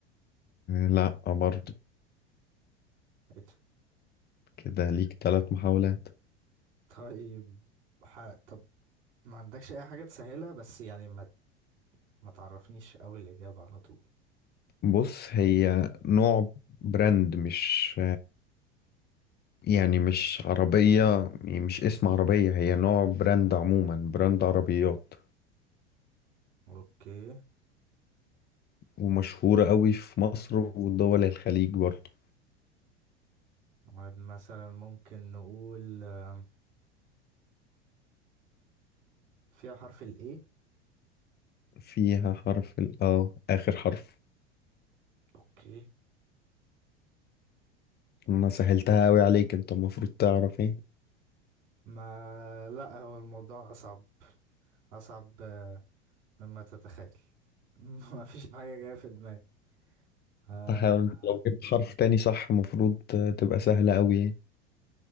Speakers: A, on the left; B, on the right.
A: لا برضه
B: ايه ده؟
A: كده ليك تلات محاولات
B: طيب ح... طب ما عندكش اي حاجة تسهلها بس يعني ما ما تعرفنيش قوي الإجابة على طول
A: بص هي نوع براند مش يعني مش عربية يعني مش اسم عربية هي نوع براند عموما براند عربيات
B: اوكي
A: ومشهورة قوي في مصر ودول الخليج برضه
B: طيب، مثلا ممكن نقول آه، فيها حرف الاي
A: فيها حرف ال اه آخر حرف
B: اوكي
A: أنا سهلتها أوي عليك أنت المفروض تعرف إيه
B: ما لا هو الموضوع اصعب اصعب آه، مما تتخيل <laughs> ما فيش حاجه جايه في دماغي آه،
A: تحاول أنت
B: آه.
A: لو جبت حرف تاني صح المفروض تبقى سهلة أوي